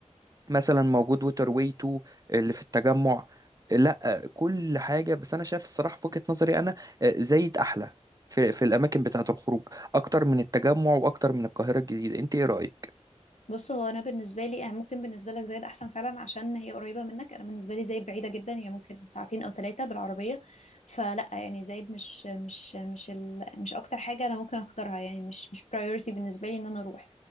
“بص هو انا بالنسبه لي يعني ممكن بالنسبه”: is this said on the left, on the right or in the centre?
Left